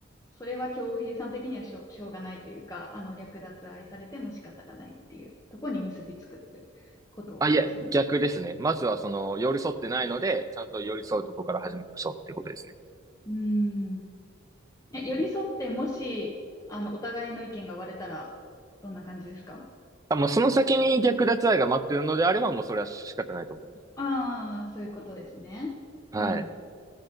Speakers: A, on the left; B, on the right.
A: それは恭平さん的にはしょう、しょうがないというか、あの、略奪愛されても仕方がないっていうところに結びつくっていうことですね。
B: あ、いや、逆ですね。まずはその寄り添ってないので、ちゃんと寄り添うとこから始めましょうっていうことですね。
A: うん。え、寄り添って、もし、あの、お互いの意見が割れたら、どんな感じですか
B: あ、もうその先に略奪愛が待ってるのであれば、もうそれは仕方ないと思います。
A: ああー、そういうことですね。
B: はい。
A: うん。